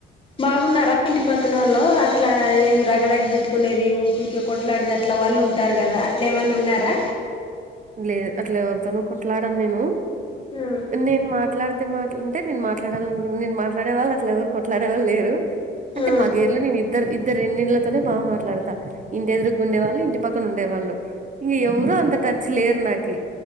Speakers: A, on the left (about 25°); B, on the right (about 40°).
A: బాగున్నారా ఇంటి పక్కన వాళ్లో అట్లా ఏమి రగడగ పెట్టుకునేది ఊ కొట్లాడిది అట్లా వాళ్ళు ఉంటారు కదా అట్ల ఏమైన్నా ఉన్నారా
B: లేదు అట్లా ఎవరితోనూ కొట్లాడాను నేను
A: ఆ
B: నేన్ మాట్లాడిత అ మాట్లా టె మాట్లాడాలనినుకుంట నే మాట్లాడే వాళ్ళ అలా ఎవరు కొట్లాడేళ్ళు లేరు అంటే
A: ఆ
B: మా గేరులో నేను ఇద్దరు ఇద్దరు రెండిళ్లతోనే బాగా మాట్లాడతా ఇంటి ఎదురు గుండేవాళ్ళు ఇంటి పక్క పక్క ఉండే వాళ్ళు ఇంక ఎవరు అంత టచ్ లేరు నాకి